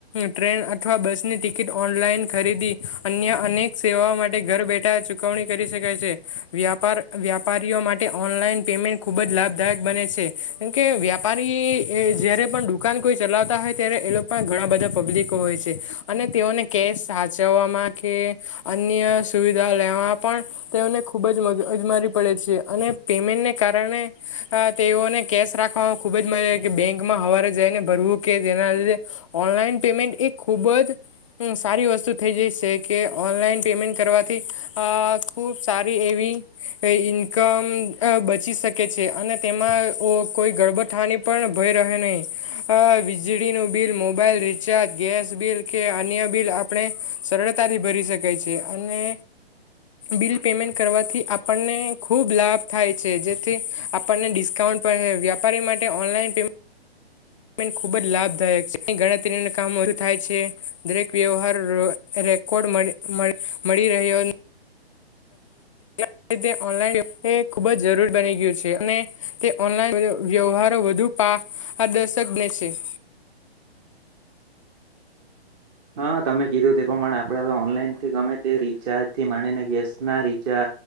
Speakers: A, on the left; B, on the right.
A: train અથવા બસ ની ટિકિટ ઓનલાઈન ખરીદી અન્ય અનેક સેવાઓ માટે ઘર બેઠા ચુ ચૂકવણી કરી શકાય છે વ્યાપા વ્યાપારીઓ માટે ઓનલાઈન પેમેન્ટ ખૂબ જ લાભદાયક બને છે કે કે વ્યાપારીએ જયારે પણ દુકાન કોઈ ચલાવતા હોય ત્યારે એ લોકો પણ ઘણા બધા પબ્લિક હોય છે અને તેઓને કેશ સાચવવામાં કે અન્ય સુવિધા લેવામાં પણ તેઓને ખૂબ જ મગજમારી પડે છે અને પેમેન્ટને કારણે અ તેઓને કેશ રાખવાવામાં ખુબ જ મજા બેંકમાં હવારે જઈને ભરવું કે જેના લીધે ઓનલાઈન પેમેન્ટ એ ખુબ જ સારી વસ્તુ થઈ જાય છે કે ઓનલાઈન પેમેન્ટ કરવાથી અ ખુબ સારી એવી ઇન્કમ બચી શકે છે. અને તેમાં કોઈ ગર્ભથાની પણ ભય રહે નહીં આ વીજળીનું બિલ મોબાઈલ રી ગેસ બિલ કે અન્ય બિલ આપણે સરળતાથી ભરી શકાય છે અને બિલ પેમેન્ટ કરવાથી આપણને ખૂબ લાભ થાય છે જેથી આપણને ડિસ્કાઉન્ટ પણ વ્યાપારી માટે ઓનલાઈન પે મેન્ટ ખૂબ જ લાભદાયક છે. અહીં ગણતરીના કામો થાય છે. દરેક વ્યવહાર રેકોર્ડ મળી મળી મળી રહ્યો <unintelligible> ખુબ જ જરૂર બની ગયું છે અને તે ઓનલાઈ વ્યવહારો વધુ પદર્શકને તે <inaudible>
B: હા, તમે કીધું તે પ્રમાણે આપડે હવે ઓનલાઈનથી ગમે તે રિચાર્જથી માનીને ગેસના રિચા